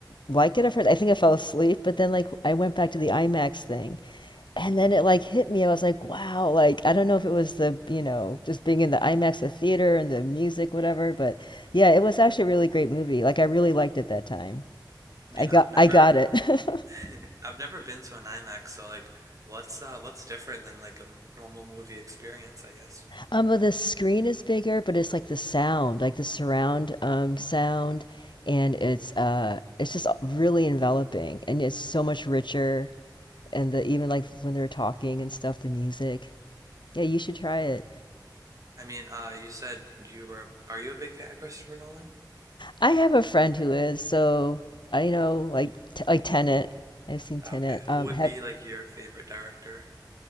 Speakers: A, on the left; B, on the right.
A: like it at first. I think I fell asleep, but then like I went back to the IMAX thing, and then
B: Mm.
A: it like hit me. I was like, wow, like I don't know if it was the, you know, just being in the IMAX, the theater and the music, whatever, but yeah, it was actually a really great movie. Like I really liked it that time.
B: I mean,
A: I got
B: I've never
A: I got it. <laughs>
B: <laughs> I've never been to an IMAX, so like, what's uh, what's different than like a m- normal movie experience, I guess.
A: Um, but the screen is bigger, but it's like the sound, like the surround um sound, and it's uh it's just really enveloping and it's so much richer and the even like when they're talking and stuff, the music. Yeah, you should try it.
B: I mean, uh, you said you were. Are you a big fan of Christopher Nolan?
A: I have a friend who is, so I know like t- like Tenet. I've seen
B: Ah,
A: Tenet.
B: Okay,
A: Um,
B: who would
A: have
B: be like your favorite director?